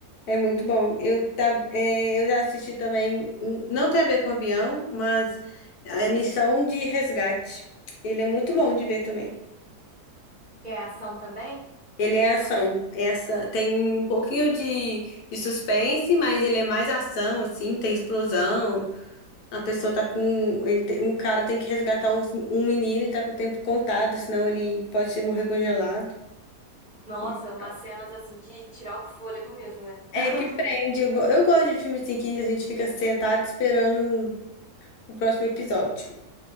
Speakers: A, on the left; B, on the right.
A: É muito bom. Eu, tá, é, eu já assisti também, hum, não tem a ver com avião, mas a Missão de Resgate. Ele é muito bom de ver também.
B: É ação também?
A: Ele
B: De
A: é
B: ação?
A: ação. Essa tem um pouquinho de, de suspense, mas ele é mais ação, assim, tem explosão. A pessoa tá com. Ele tem- um cara tem que resgatar os- um menino e tá com o tempo contado, senão ele pode se morrer congelado.
B: Nossa,
A: É bem legal.
B: umas cenas assim de tirar o fôlego mesmo, né? <laughs>
A: É que prende. Eu, go- eu gosto de filme assim que a gente fica sentado esperando o próximo episódio.